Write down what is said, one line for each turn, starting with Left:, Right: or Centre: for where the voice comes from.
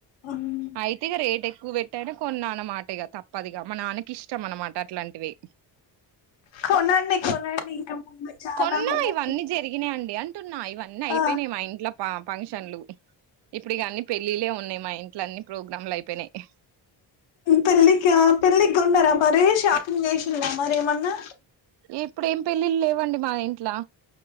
Left: మ్మ్.
Right: అయితే ఇగా రేట్ ఎక్కువ పెట్ టను కొన్న అనమాట ఇగా తప్పదిగా మా నాన్నకి ఇష్టం అనమాట అట్లాంటివి
Left: కొనండి కొనండి ఇంక ముందు చాలా
Right: కొన్నా
Left: కొనండి
Right: ఇవన్నీ జరిగినాయండి అంటున్నా ఇవన్నీ అయిపోయినాయి
Left: ఆ
Right: మా ఇంట్లో ఫంక్షన్లు ఇప్పుడు ఇగా అన్ని పెళ్ళిలే ఉన్నా మా ఇంట్లో అన్ని ప్రోగ్రామ్లు అయిపోయినాయి
Left: పెళ్ళిక పెళ్ళికొనరా మరి షాపింగ్ చేసి ఇలా మరి ఏమన్నా
Right: ఇప్పుడు ఏం పెళ్ళిళ్ళ లేవండి మా ఇంట్లో